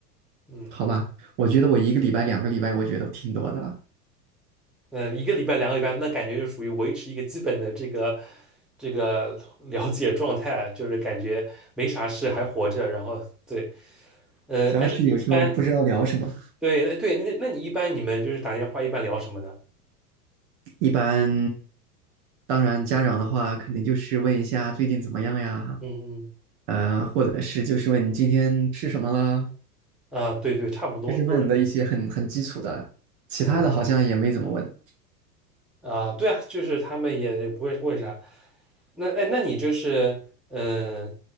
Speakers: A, in the centre; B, on the right (about 45°).
A: 嗯，
B: 好吧，我觉得我一个礼拜、两个礼拜，我觉得挺多的了。
A: 嗯，一个礼拜、两个礼拜，那感觉就属于维持一个基本的这个这个了解状态啊，就是感觉没啥事还活着。然后对，嗯，
B: 主要是有时候不知道聊什么，
A: 哎，那你一般对，那对，那那你一般你们就是打电话一般聊什么呢？
B: 一般，当然家长的话，肯定就是问一下最近怎么样呀，
A: 嗯
B: 呃，或者是就是问你今天吃什么啦，
A: 嗯，啊，对对，差不多都是，
B: 就是问的一些很很基础的，其他的好像也没怎么问。
A: 嗯啊，对啊，就是他们也也不会问啥。那哎，那你就是嗯，呃